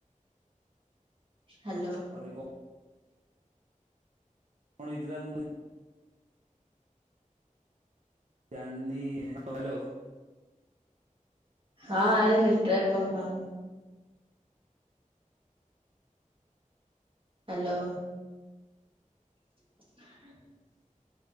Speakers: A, on the right (about 40°); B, on the right (about 55°).
A: ହାଲୋ
B: ଅରେ କଣ କଣ ହେଇଥିଲା ମୁଁ ଜ ହ୍ୟାଲ <unintelligible>
A: ହଁ ଆରେ ନେଟୱର୍କ କଣ ପାଉନି । ହାଲୋ <unintelligible>